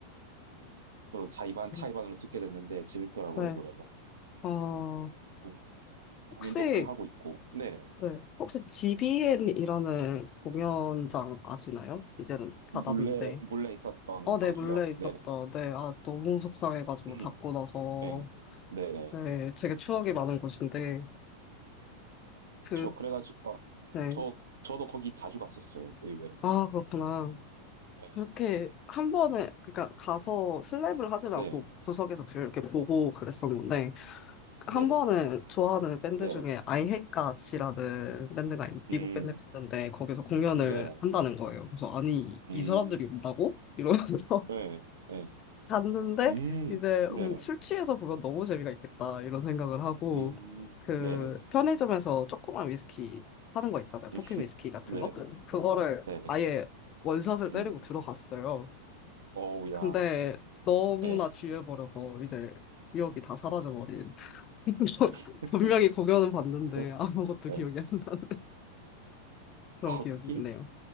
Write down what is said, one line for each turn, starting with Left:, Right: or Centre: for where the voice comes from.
Right: 저 자이반
Left: 네.
Right: 타이반으로 듣게 됐는데 재밌더라고요,
Left: 네.
Right: 노래가.
Left: 어, 어,
Right: 네. 공연도
Left: 혹시,
Right: 꽤 하고 있고. 네네.
Left: 네, 혹시 GBN이라는 공연장 아시나요? 이제는 다
Right: 몰래,
Left: 났는데.
Right: 몰래 있었던
Left: 어, 네,
Right: 거기요.
Left: 몰래 있었다.
Right: 네네.
Left: 네, 아, 너무 속상해가지고
Right: <clears throat>
Left: 닫고 나서.
Right: 네. 네네.
Left: 네, 되게 추억이 많은 곳인데. 그,
Right: 저 그래가지고, 아,
Left: 네.
Right: 저, 저도 거기 자주 갔었어요, 의외로.
Left: 아, 그렇구나.
Right: 예.
Left: 그렇게 한 번에, 그러니까 가서 슬랩을 하질
Right: 네.
Left: 않고 구석에서 그렇게 보고 그랬었는데, 한
Right: 네네.
Left: 번은 좋아하는 밴드
Right: 네네.
Left: 중에
Right: 네네.
Left: I Hate Gods이라는 밴드가, 있- 미국
Right: 음,
Left: 밴드가 있는데, 거기서 공연을
Right: 네네.
Left: 한다는 거예요. 그래서, 아니,
Right: 음,
Left: 이 사람들이 온다고? 이러면서.
Right: 네. 네.
Left: 갔는데
Right: 음,
Left: 이제
Right: 네네.
Left: 음, 술 취해서 보면 너무 재미가 있겠다 이런 생각을 하고
Right: 음,
Left: 그
Right: 네네.
Left: 편의점에서 조그만 위스키 파는 거 있잖아요
Right: 음,
Left: 포켓
Right: <laughs>
Left: 위스키 같은
Right: 네네.
Left: 거 그거를
Right: 네네.
Left: 아예 원샷을 때리고
Right: 음,
Left: 들어갔어요
Right: 어우, 야.
Left: 근데 너무나
Right: 네.
Left: 지혜버려서 이제 기억이 다 사라져버린 <laughs>
Right: <laughs>
Left: 분명히 공연은 봤는데
Right: 네.
Left: 아무것도
Right: 네.
Left: 기억이 안 나 그런
Right: 거기,
Left: 기억이 있네요